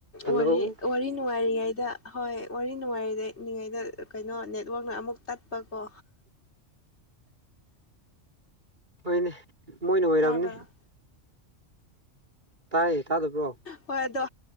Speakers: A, on the right; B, on the left.
A: ꯍꯜꯂꯣ
B: ꯋꯥꯔꯤ ꯋꯥꯔꯤ ꯅꯨꯡꯉꯥꯏꯔꯤꯉꯩꯗ ꯍꯣꯏ ꯋꯥꯔꯤ ꯅꯨꯡꯉꯥꯏꯔꯤꯗ ꯏꯛꯂꯤꯉꯩꯗ ꯀꯩꯅꯣ ꯅꯦꯠꯋꯥꯛꯅ ꯑꯃꯨꯛ ꯇꯠꯄꯀꯣ
A: ꯍꯣꯏꯅꯦ ꯃꯣꯏꯅ ꯑꯣꯏꯔꯝꯅꯤ
B: ꯇꯥꯕ꯭ꯔꯥ
A: ꯇꯥꯏꯌꯦ ꯇꯥꯗꯕ꯭ꯔꯣ
B: ꯍꯣꯏ ꯑꯗꯣ